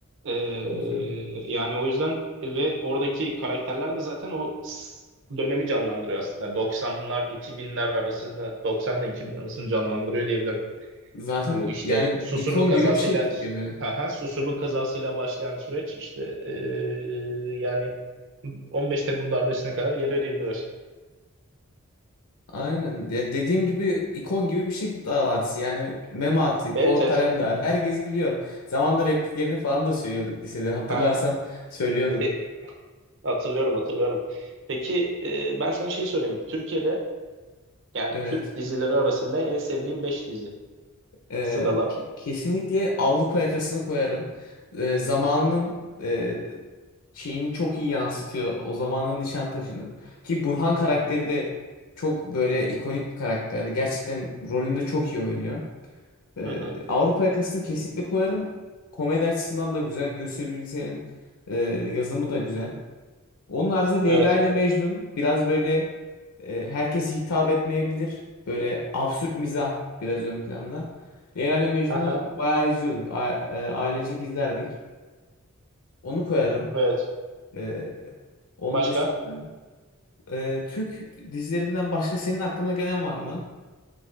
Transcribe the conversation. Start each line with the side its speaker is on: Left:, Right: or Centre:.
Right: Ee,
Left: hı hı.
Right: yani o yüzden ve oradaki karakterler de zaten o s- dönemi canlandırıyor aslında. 90'lar 2000'ler arasını 90'la 2000 arasını canlandırıyor diyebilirim.
Left: Zaten
Right: Bu işte
Left: yani
Right: Susurluk
Left: ikon
Right: kazasıyla
Left: gibi bir şey Türkiye'de.
Right: haha, Susurluk kazasıyla başlayan süreç işte ee, yani 15 Temmuz darbesine kadar geliyor diyebiliriz.
Left: Aynen. Ya dediğim gibi ikon gibi bir şey Kurtlar Vadisi. Yani Memati,
Right: Evet
Left: Polat
Right: evet.
Left: Alemdar herkes biliyor. Zamanında repliklerini falan da söylüyorduk lisede. Hatırlarsan
Right: Haha.
Left: söylüyorduk.
Right: E, hatırlıyorum hatırlıyorum. Peki e, ben sana şey sorayım. Türkiye'de yani
Left: Evet.
Right: Türk dizileri arasında en sevdiğim 5 dizi.
Left: Ee,
Right: Sırala.
Left: ki- kesinlikle Avrupa yakasını koyarım. Ee, zamanının e, şeyini çok iyi yansıtıyor. O zamanın Nişantaşı'nı. Ki Burhan karakteri
Right: Hı hı.
Left: de çok böyle ikonik bir karakter. Gerçekten rolünde çok iyi oynuyor. Ee,
Right: Hı hı.
Left: Avrupa yakasını kesinlikle koyarım. Komedi açısından da güzel. Gösterebilirsenin e, yazımı da güzel. Onun haricinde Leyla
Right: Evet.
Left: ile Mecnun biraz böyle e, herkese hitap etmeyebilir. Böyle absürt mizah biraz ön planda. Leyla ile Mecnun'u
Right: Haha.
Left: bayağı izliyorduk. A- e, ailecek izlerdik. Onu koyarım.
Right: Evet.
Left: E, onun
Right: Başka?
Left: dışında e, Türk dizilerinden başka senin aklına gelen var mı?